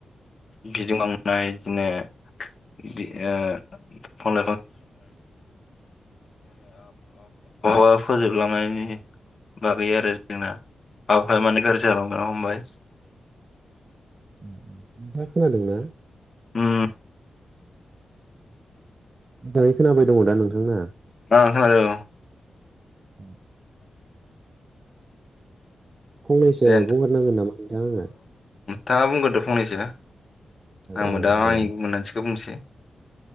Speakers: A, on the left; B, on the right.
A: <unintelligible> लांनाय बिदिनो ओ <inaudible> फोजोबलांनायनि बागै आरो जोंना। आबहावाया मानि गाज्रि जालांनो हमबाय।
B: उ उ नोंथाङा खोनादों ना?
A: ओम।
B: मोजाङै खोनाबाय दङदा नोंथां ना?
A: आ खोनादों।
B: <inaudible> फंनैसो
A: दे
B: बुंगोरनांगोन नामा नोंथां आङो?
A: दा बुंगोरदो फंनैसो आंबो
B: औ
A: दा
B: दे
A: आंनिखौ मोनदांथिखौ बुंनोसै।